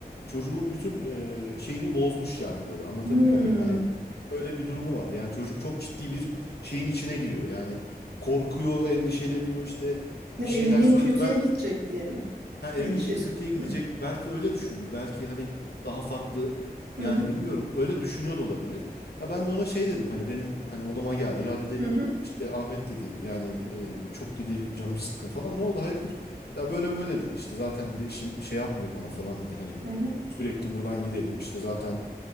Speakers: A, on the left; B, on the right.
A: çocuğun bütün e, şeyini bozmuş yani böyle. Anlatabiliyor
B: Hmm.
A: muyum? Hani öyle bir durumu var. Yani çocuk çok ciddi bir şeyin içine giriyor. Yani korkuyor, endişeleniyor işte
B: Ya
A: bir
B: evliliğim
A: şeyler söylüyor.
B: kötüye
A: Ben
B: gidecek diye mi?
A: Ha, evliliğim
B: Endişesi.
A: kötüye gidecek.
B: Hı.
A: Belki öyle düşünüyor. Belki hani daha farklı
B: Hı
A: yani
B: hı.
A: bilmiyorum öyle düşünüyor da olabilir. Ha, ben de ona şey dedim hani benim hani odama geldi. Ya dedi
B: Hı hı.
A: işte Ahmet dedi yani e, çok dedi canım sıkkın falan. Ne oldu hayırdır? Ya böyle böyle dedi işte zaten dedi işim şey yapmıyor bana falan dedi. Hani
B: Hı hı.
A: sürekli buradan gidelim işte zaten